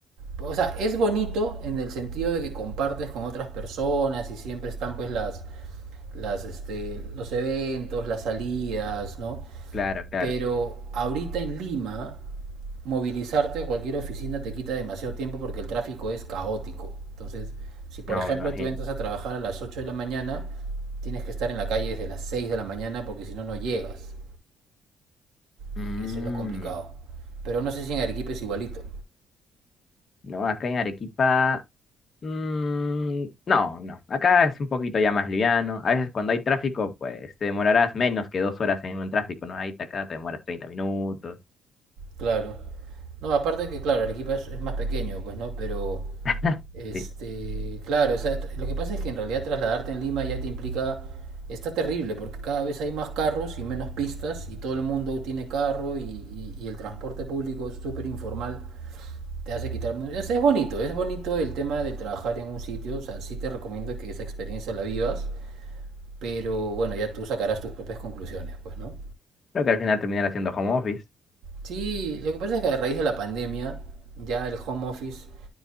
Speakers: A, on the right; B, on the left.
A: O sea, es bonito en el sentido de que compartes con otras personas y siempre están pues las, las, este, los eventos, las salidas, ¿no?
B: Claro, claro.
A: Pero ahorita en Lima, movilizarte a cualquier oficina te quita demasiado tiempo porque el tráfico es caótico. Entonces, si por
B: No,
A: ejemplo
B: me imagino.
A: tú entras a trabajar a las 8 de la mañana, tienes que estar en la calle desde las 6 de la mañana porque si no, no llegas.
B: Mm,
A: Y eso es lo complicado. Pero no sé si en Arequipa es igualito.
B: no, acá en Arequipa. mm, no, no. Acá es un poquito ya más liviano. A veces cuando hay tráfico, pues te demorarás menos que dos horas en un tráfico, ¿no? Ahí te- acá te demoras treinta minutos.
A: Claro. No, aparte que, claro, Arequipa es, es más pequeño, pues, ¿no? Pero,
B: <laughs>
A: este,
B: Sí.
A: claro, o sea, tr- lo que pasa es que en realidad trasladarte en Lima ya te implica, está terrible, porque cada vez hay más carros y menos pistas, y todo el mundo tiene carro, y, y- y el transporte público es súper informal, te hace quitar... mu- o es bonito, es bonito el tema del trabajar en un sitio, o sea, sí te recomiendo que esa experiencia la vivas, pero bueno, ya tú sacarás tus propias conclusiones, pues, ¿no?
B: Creo que al final terminarás haciendo home office.
A: Sí, lo que pasa es que a raíz de la pandemia ya el home office